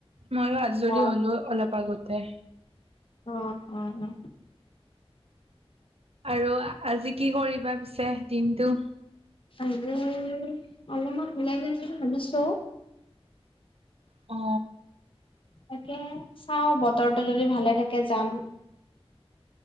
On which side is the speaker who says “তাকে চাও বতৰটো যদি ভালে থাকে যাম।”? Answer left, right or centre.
Left